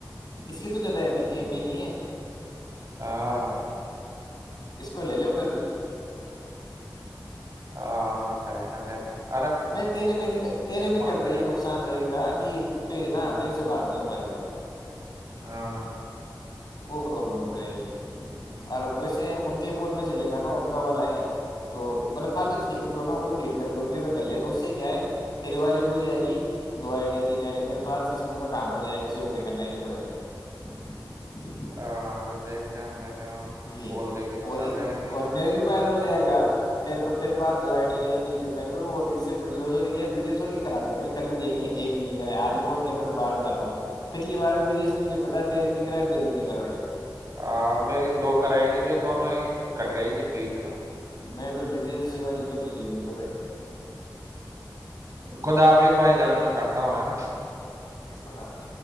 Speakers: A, on the left (about 60°); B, on the right (about 40°).
A: اس کی تو جدہ اب ایم بھی نہیں ہے
B: ہاں
A: اسک لے لے ادھر بھی
B: ہ خرےد <inaudible>
A: بھائی تیرے میں نہیں تیرے میں کرتا
B: فرینڈ
A: یہ نقصان
B: کا
A: رہے گا کہ پے
B: ہوں،
A: نا تیرے سے بات نہیں ہو پائے گی
B: ہاں
A: وہ پرابلم رہے گی
B: ہوں،
A: اور ویسے ان کے ان میں چلے گا ان کا والا ہے تو مطلب فالتو چیزیں کچھ ہو نا ان کو ڈیٹ کر کے ان کے کر لیا تو اس سے کیا ہے تے والے بھی ہو جائے گی دو آئی ڈی تین آئی ڈی میرے پاس ج میں ان کا کام ہو جائے گ کسی اور کے کرنا ہی نہیں پڑے گا ان کو
B: ہ دیکھتے ہم
A: یہ
B: بول دے گی تو
A: اور
B: کر لیں گے نہیں
A: اور میرے بھی فائد ہو جائے گ ت تیرے پاات دو ای ڈی رہےی جو میرے کو بھی اور کسی سے برجوش ہو ج گی بریجیو ہو کے کراتے ہیں کل بھی دیکھ لیا ایک بھی نہیں کرایا آج بھی کوون کیا میں تو باہر جا ہوں پچھلی بار بھی بج نے تجھے پتا ہے تیری بھی نہیں کرا میری بھی نہیں کرائی
B: ہاں میری دو کرائے ت جو دونوں کٹ گئے ت بیچ میں
A: میں تو برجے سے سیو جی ہ بالکل بھی نہیں کر <inaudible>
B: خد حافظ بھائی جان میں کرتا ہوں ہے نا
A: خدااب